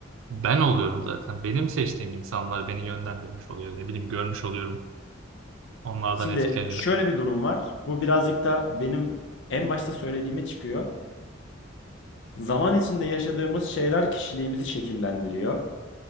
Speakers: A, on the right; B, on the left.
A: ben oluyorum zaten. Benim seçtiğim insanlar beni yönlendirmiş oluyor. Ne bileyim görmüş oluyorum. Onlardan
B: Şimdi
A: etkileniyorum.
B: şöyle bir durum var. Bu birazcık da benim en başta söylediğime çıkıyor. Zaman içinde yaşadığımız şeyler kişiliğimizi şekillendiriyor.